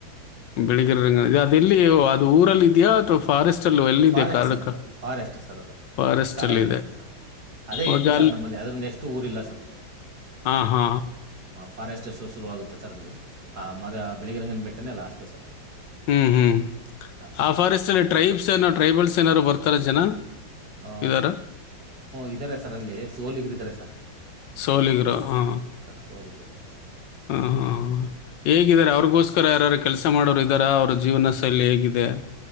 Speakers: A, on the left (about 75°); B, on the right (about 55°).
A: ಬೆಳಿಗರ ರದೆ ಅದೆಲ್ಲಿ ಅದು ಊರಲ್ಲಿ ಇದ್ಯಾಾ ಅಥವಾ. ಫಾರೆಸ್ಟಲ್ಲಿ ಎಲ್ಲಿದೆ
B: ಫಾರೆಶಟ್ಸರ್
A: ಕಾರಡ್ಕ
B: ಅದು ಫಾರೆಸ್ಟ್ ಸರ್ ಅದು
A: ಫಾರೆಸ್ಟಲ್ಲಿ
B: ಕಾಡಲ್ಲಿರೋದು.
A: ಇದೆ
B: ಅದೇ
A: ಓಕೆ
B: ಎಂಟು ಸರ್ ನಮ್ಮಲ್ಲಿ ಅದ್ರ ನೆಷ್ಟು ಊರಿಲ್ಲ ಸರ್.
A: ಹಾ ಹಾ.
B: ಫಾರೆಸ್ಟಸು ಶುರುವಾಗುತ್ತೆ ಸರ್ ಅಲ್ಲಿ ಮದ ಬೆಳಗ್ರಂಗನ ಬಿಟ್ಟನೇ ಲಾಸ್ಟು ಸರ್.
A: ಹ್ಮ್ ಹ್ಮ್
B: ಹಾಂ ಸರ್
A: ಆ ಫಾರೆಸ್ಟಲ್ಲಿ ಟ್ರೈಬ್ಸ್ ಏನೋ ಟ್ರೈಬಲ್ಸ್ ಏನಾದಾರೂ ಬರ್ತಾರ ಜನ.
B: ಹ
A: ಇದಾರ
B: ಇದ್ದಾರೆ ಸರ್ ಅಲ್ಲಿ ಸೋಲಿಗರಾರೆ ಸ.
A: ಸೋಲಿಗರ ಹ
B: ಸೋಲಿಗರು ಇದ್ದಾರೆ
A: ಹ್ಮ ಹಾ ಹೇಗಿದ್ದಾರೆ ಅವ್ರಗೋಸ್ಕರ ಯಾರಾರು ಕೆಲಸ ಮಾಡೋರು ಇದ್ದಾರಾ ಅವ್ರ ಜೀವನ ಶೈಲಿ ಹೇಗಿದೆ ಹೆ